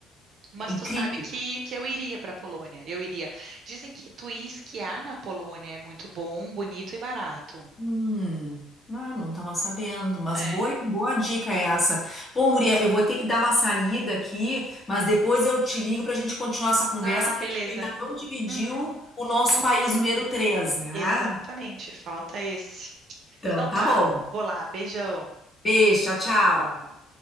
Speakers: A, on the right; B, on the left.
A: Mas
B: É incrível.
A: tu sabe que, que eu iria para Polônia. Eu iria. Dizem que tu ir esquiar na Polônia é muito bom, bonito e barato.
B: Hum, ah, não estava sabendo, mas
A: É.
B: boa, boa dica é essa. Bom, guria, eu vou ter que dar uma saída aqui, mas depois eu te ligo para a gente continuar essa conversa,
A: Ah,
B: porque
A: beleza.
B: a gente ainda não dividiu
A: Uhum.
B: o nosso
A: O-
B: país número 3, né?
A: Exatamente, falta esse.
B: Então,
A: Então
B: tá
A: tá,
B: bom.
A: vou lá, beijão.
B: Beijo, tchau,
A: Tchau.
B: tchau.